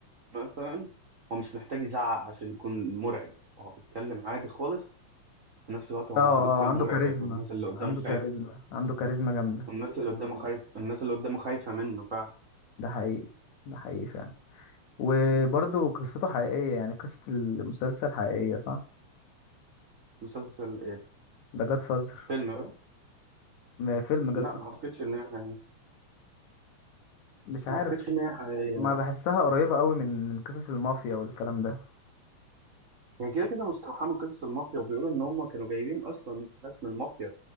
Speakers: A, on the right; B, on the left.
A: مثلا هو مش محتاج يزعق عشان يكون مرعب هو بيتكلم عادي خالص في نفس الوقت هو
B: اه
A: بيقول كلام
B: اه عنده
A: مرعب
B: كاريزما
A: والناس اللي قدامه
B: عنده
A: خايفه
B: كاريزما عنده كاريزما جامده
A: والناس اللي قدامه خايف الناس اللي قدامه خايفة منه فعلا
B: ده حقيقي ده حقيقي فعلا وبرضه قصته حقيقيه يعني قصه المسلسل حقيقيه صح
A: مسلسل ايه
B: ده جاد فازر
A: فيلم بقى
B: فيلم جاد
A: لا
B: فازر
A: ما اعتقدش ان هي حقيقية
B: مش عارف
A: ما اعتقدش ان هي حقيقية
B: ما
A: لا
B: بحسها قريبة قوي من من قصص المافيا والكلام ده
A: هي كده كده مستوحاة من قصص المافيا وبيقولوا ان هم كانوا جايبين اصلا ناس من المافيا